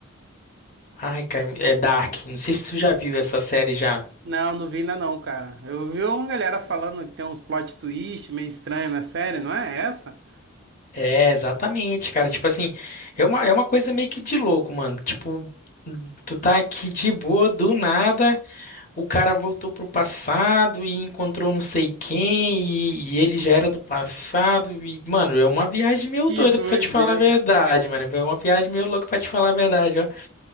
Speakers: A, on the left; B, on the right.
A: Ai, cara, é Dark. Não sei se tu já viu essa série já.
B: Não, não vi ainda não, cara. Eu vi uma galera falando que tem uns plot twist meio estranho na série, não é essa?
A: É, exatamente, cara. Tipo assim, é uma, é uma coisa meio que de louco, mano. Tipo, tu tá aqui de boa, do nada, o cara voltou pro passado e encontrou não sei quem, e, e ele já era do passado. E, mano, é uma viagem meio
B: Que
A: doida
B: doideira.
A: pra te falar a verdade, mano. É uma viagem meio louca pra te falar a verdade, ó.